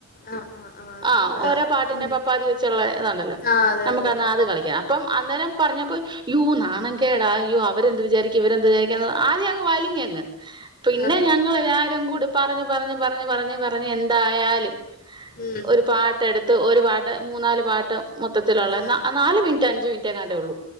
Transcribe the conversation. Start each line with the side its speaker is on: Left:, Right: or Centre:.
Left: ആ ആ അത്
Right: ആ
Left: കൊള്ളാം
Right: ഓരോ പാട്ടിന്റെ
Left: ഉം
Right: പപ്പാതി വെച്ചുള്ള ഇതുണ്ടല്ലോ
Left: ആ അതെ
Right: നമുക്കന്ന്
Left: അതെ നല്ലത്
Right: അത് കളിക്കാം അപ്പം അന്നേരം പറഞ്ഞപ്പോ യൂ നാണൻ കേടാ അയ്യോ അവരെന്ത് വിചാരിക്കും ഇവരെന്ത് വിചാരിക്കാന്ന് ആദ്യ അങ്ങ് വലിഞ്ഞങ്ങ് പിന്നെ
Left: ആ
Right: ഞങ്ങളെല്ലാരും കൂടി പറഞ്ഞ് പ പറഞ്ഞ് പറഞ്ഞ് പറഞ്ഞ് പറഞ്ഞ് എന്തായാലും
Left: ഉം
Right: ഒരു പാട്ടെടുത്ത് ഒരു പാട്ട് ടെ മൂന്നാല് പാട്ട് മൊത്തത്തിലുള്ളത്
Left: ആ
Right: നാല് മിൻറ്റ് അഞ്ച് മിൻറ്റ് ട്ടെങ്ങാണ്ടേ ഉള്ളൂ